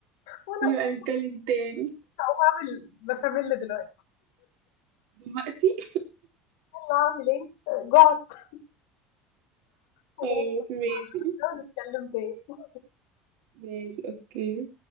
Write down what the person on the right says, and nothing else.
ونبقى
نتكلم تاني
دلوقتي <laughs>
خلاص ماشي
ماشي اوكي